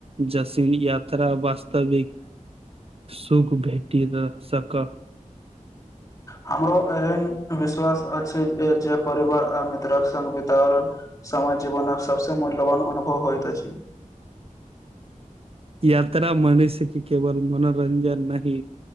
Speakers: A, on the right; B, on the left.
A: जसीन यात्रा वास्तविक। सुख भेटी ग सक
B: हमरो एहन विश्वास अछि जे परिवार आ मित्रक संग बितावल। समय जीवनक सभसँ मूल्यवान अनुभव होइत अछि।
A: यात्रा मनुष्य केँ केवल मनोरंजन नहि